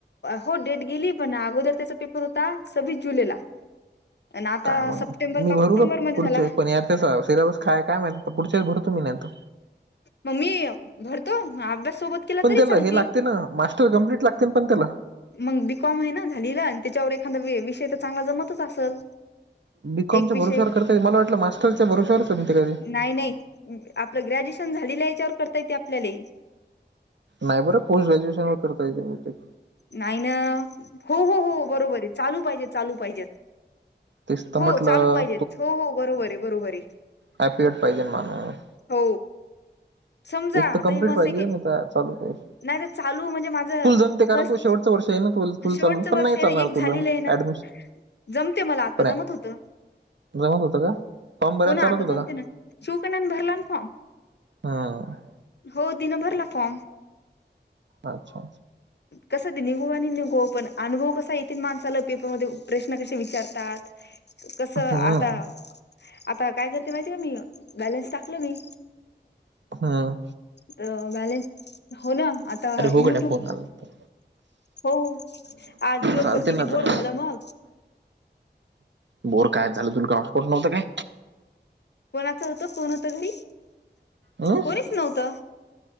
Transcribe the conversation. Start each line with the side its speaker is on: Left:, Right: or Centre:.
Left: हो डेट गेली पण अगोदर त्येचा पेपर होता सव्वीस जुलैला अन आता
Right: काय मग
Left: सप्टेंबर
Right: मी
Left: का
Right: भरू
Left: ऑक्टोबर मध्ये
Right: पुढच्या
Left: झाला.
Right: पण यार सिलेबस खाय काय माहीत तर पुढच्याच भरतो मी नाहीतर
Left: मी भरतो अभ्यास सोबत केला
Right: पण
Left: तरी
Right: त्याला
Left: चालते
Right: हे लागते ना, मास्टर कम्प्लीट कम्प्लीट लागतय पण त्येला?
Left: मग बीकॉम आहे ना झालीला आणि त्येच्यावर एखादा विषय तर चांगला जमतच असल.
Right: बीकॉमच्या
Left: एक विषय
Right: भरोश्यावर करताय, मला वाटलं मास्टरच्या भरोशावर <unintelligible>
Left: नाही नाही आपलं ग्रॅज्युएशन झालेल्या हेच्यावर करता येते आपल्याले
Right: नाही बरं पोस्ट ग्रॅज्युएशन वर करता येतय बहुतेक
Left: नाही ना, हो, हो, हो, बरोबरय चालू पाहिजेत, चालू पाहिजेत.
Right: तेच तर
Left: हो
Right: म्हटलं
Left: चालू पाहिजेत हो, हो बरोबर हेय, बरोबर हेय
Right: हॅपीयड पाहिजेल माणूस
Left: हो समजा
Right: एक तर
Left: आता
Right: कम्प्लीट
Left: हे म
Right: पाहिजे
Left: असं की,
Right: नाही तर चालू पाहिजे.
Left: नाही तर चालू म्हणजे माझ
Right: तुला जमते कारण
Left: फस्ट
Right: तू शेवटचं वर्ष आहे ना तु तुला
Left: शेवटच
Right: चालून पण
Left: वर्ष
Right: नाही
Left: एक
Right: चालणार तुला
Left: झालेलं आहे ना?
Right: ऍडमिशन
Left: जमतय मला, आता
Right: पण
Left: जमत
Right: आहे
Left: होतं.
Right: जमत होतं का फॉर्म भरायला
Left: हो ना
Right: चालत
Left: आता
Right: होतं
Left: जमते
Right: का
Left: ना, शुकन्या भरला ना फॉर्म.
Right: हा
Left: हो तिनं दिनभरला फॉर्म.
Right: अच्छा
Left: कसं ते निघो आणि निघो पण, अनुभव कसा येतील माणसाला पेपरमध्ये प्रश्न कसे विचारतात.
Right: <unintelligible>
Left: कसं
Right: हम्म
Left: आता, आता काय करते माहितीय का मी, बॅलेन्स टाकल मी
Right: हम्म
Left: तर बॅलेन्स हो ना आता युट्यूब
Right: उघडा फोन आला तर.
Left: हो, आज दिवसभर
Right: चालते
Left: किती
Right: ना आता
Left: बोर झालं ना
Right: बोर काय झालं तुला काय हॉटस्पॉट नव्हतं काय?
Left: कोणाचं होत, कोण होत घरी?
Right: हम्म
Left: कोणीच-' नव्हतं,